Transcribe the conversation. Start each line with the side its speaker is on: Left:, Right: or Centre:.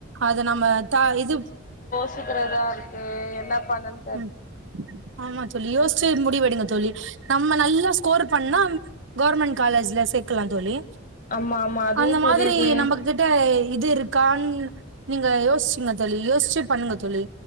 Right: அத நம்ம த இது
Left: ச்சக்கிறதா இருக்கு என்ன பண்ணன்
Right: ம் ஆமா தோழி யோசிச்சு முடிவெடுங்க தோழி நம்ம நல்லா ஸ்கோர் பண்ணா கவர்மெண்ட் காலேஜ்ல சேக்கலா தோழி
Left: ஆமா ஆமா அதுவு
Right: அந்த மாதிரி
Left: புரியுது
Right: நம்ப க்கிட்ட இது இருக்கான்னு நீங்க யோசிச்சுங்க தோழி யோசிச்சி பண்ணுங்க தோழி